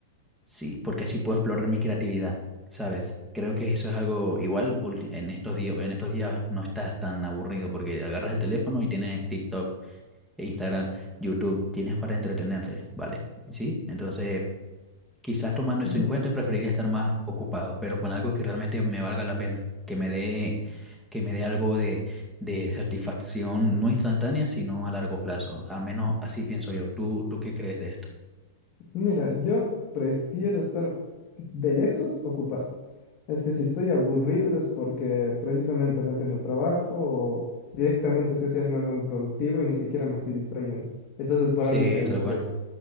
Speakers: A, in the centre; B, on the left.
A: si, porque así puedo explorar mi creatividad, ¿sabes? Creo que eso es algo igual ulti- en estos días, en estos días no estás tan aburrido porque agarras el teléfono y tienes TikTok, Instagram, YouTube, tienes para entretenerte, ¿vale? ¿Sí? Entonces Quizás tomando eso
B: mm,
A: en cuenta, preferiría estar más ocupado, pero con algo que realmente me valga la pena, que me dé, que me dé algo de, de satisfacción, no instantánea, sino a largo plazo. Al menos así pienso yo. ¿Tú, tú qué crees de esto?
B: mira, yo prefiero estar de lejos ocupado. Es que si estoy aburrido es porque precisamente no he tenido trabajo o directamente estoy haciendo algo improductivo y ni siquiera me estoy distrayendo. Entonces por
A: Sí,
B: algo estoy aburrido.
A: tal cual.